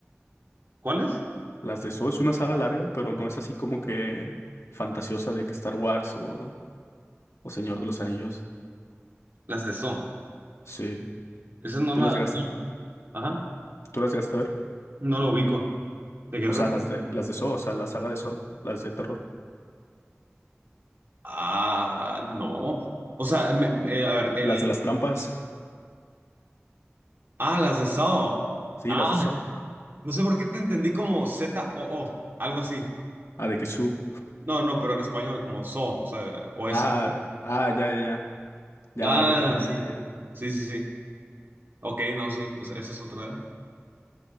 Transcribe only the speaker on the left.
Las de Saw es una saga larga, pero no es así como que fantasiosa de que Star Wars o, o Señor de los Anillos.
Sí.
¿Tú
las llegas,
tú las llegaste a ver?
O
sea, las de las de Saw, o sea, la saga de Saw, las de terror.
Las
de las trampas.
Sí,
las de Saw.
Ah, de que Su.
Ah, ah, ya, ya, ya. Ya,
ya, ya,
ya, ya. ya.